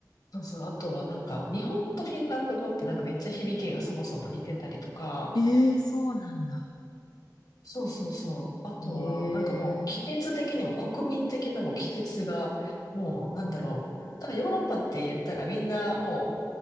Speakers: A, on the left; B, on the left.
A: そうそう。あとはなんか、日本語とフィンランド語ってなんかめっちゃ響きがそもそも似てたりとか、
B: ええそうなんだ。
A: そうそうそう。あとは、
B: ええ
A: なんかもう、季節的にも国民的なもう季節が、もう、なんだろう。多分ヨーロッパって言ったらみんなも